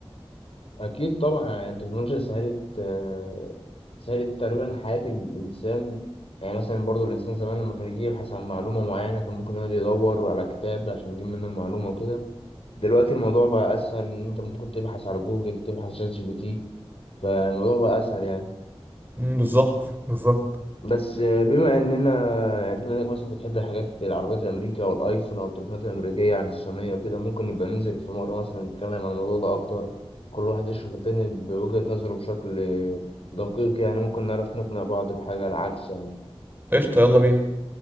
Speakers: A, on the left; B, on the right.
A: اكيد طبعا يعني التكنولوجيا سهلت آه سهلت تقريبا حياه الانسان يعني مثلا برضو الانسان زمان لما كان يجي يبحث عن معلومه معينه كان ممكن يقعد يدور على كتاب عشان يجيب منه المعلومه وكده دلوقتي الموضوع بقى اسهل ان انت ممكن تبحث على جوجل تبحث شات جي بي تي فالموضوع بقى اسهل يعني
B: مم، بالظبط بالظبط
A: بس بما اننا يعني بما انك مثلا بتحب الحاجات العربيات الامريكيه او الايفون او التليفونات الامريكيه عن الصينيه وكده ممكن نبقى ننزل في مره مثلا نتكلم عن الموضوع ده اكتر كل واحد يشوف التاني بوجهه نظره بشكل دقيق يعني ممكن نعرف نقنع بعض بحاجه العكس يعني
B: قشطه يلا بينا